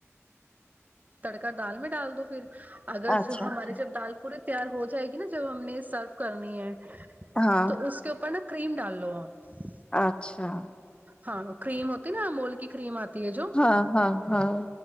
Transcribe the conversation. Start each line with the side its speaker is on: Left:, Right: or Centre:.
Right: تڑکا دال میں ڈال دو پھر اگر
Left: اچھا
Right: ہمارے
Left: اچھا
Right: جب دال پورے تیار ہو جائے گی نا جب ہم نے سرو کرنی ہے
Left: ہاں
Right: تو اس کے اوپر نا <unintelligible> کریم ڈال لو <unintelligible>
Left: اچھا
Right: ہاں کریم ہوتی نا امول کی کریم آتی ہے جو
Left: ہاں ہاں ہاں